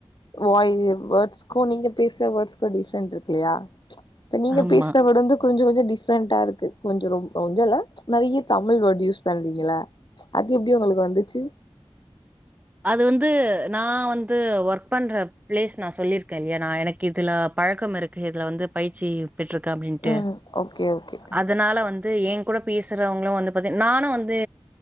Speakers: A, on the left; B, on the right.
A: வாய் எ வேர்ட்ஸ்க்கு நீங்க பேசுற வேர்ட்ஸ்க்கு டிஃப்ரெண்ட்ருக்கு இல்லையா இப்ப நீங்க
B: ஆமா.
A: பேசுற வேர்ட் வந்து கொஞ்சோ இது டிஃப்ரெண்டாருக்கு கொஞ்சோ ரொம் கொஞ்சல்ல நெறைய தமிழ் வேர்ட்டு யூஸ் பண்றீங்கல்ல அத எப்பிடி உங்களுக்கு வந்துச்சு
B: அது வந்து நா வந்து ஒர்க் பண்ற பிளேஸ் நா சொல்லியிருக்கே இல்லையா நா எனக்கு இதுல பழக்கம் இருக்கு இதுல வந்து பயிற்சி பெற்றுருக்க அப்பிடின்ட்டு
A: ம் ஓகே ஓகே
B: அதனால வந்து ஏன் கூடப் பேசுறவங்களு வந்து பாத்தீ நானு வந்து